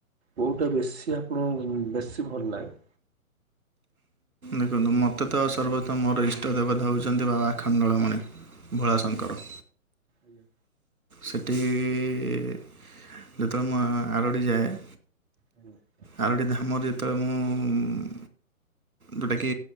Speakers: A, on the right (about 50°); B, on the right (about 75°).
A: କୋଉଟା ବେଶୀ ଆପଣଙ୍କୁ ବେଶୀ ଭଲ ଲାଗେ?
B: ଦେଖନ୍ତୁ ମତେ ତ ସର୍ବତମ ମୋର ଇଷ୍ଟଦେବତା ହୋଉଚନ୍ତି ବାବା ଆଖଣ୍ଡଳମଣି। ଭୋଳାଶଙ୍କର।
A: ଆଜ୍ଞା।
B: ସେଠି ଇ ଯେତଳେ ମୁଁ ଆ ଆରଡ଼ି ଯାଏ
A: ଆଜ୍ଞା।
B: ଆରଡି ଧାମରେ ଯେତଳେ ମୁଁ ଯୋଉଟାକି